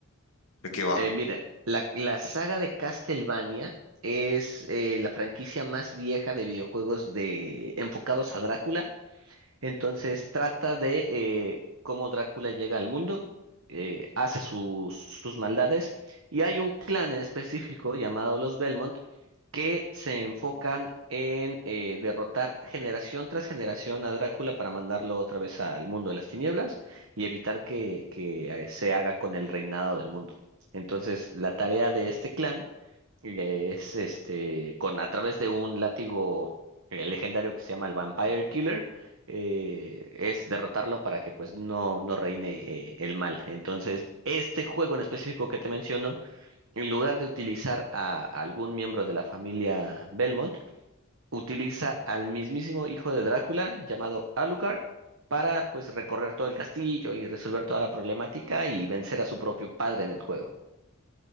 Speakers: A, on the left; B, on the right.
A: de qué va.
B: Eh, mira, la, la saga de Castlevania es eh, la franquicia más vieja de videojuegos de, enfocados a Drácula. Entonces trata de eh, cómo Drácula llega al mundo, eh, hace sus, sus maldades, y hay un clan en específico llamado los Belmont que se enfocan en eh, derrotar generación tras generación a Drácula para mandarlo otra vez al mundo de las tinieblas y evitar que, que eh, se haga con el reinado del mundo. Entonces, la tarea de este clan es este con a través de un látigo eh, legendario que se llama el Vampire Killer. eh, es derrotarlo para que pues no, no reine eh, el mal. Entonces, este juego en específico que te menciono, en lugar de utilizar a algún miembro de la familia Belmont, utiliza al mismísimo hijo de Drácula, llamado Alucard, para pues recorrer todo el castillo y resolver toda la problemática y vencer a su propio padre en el juego.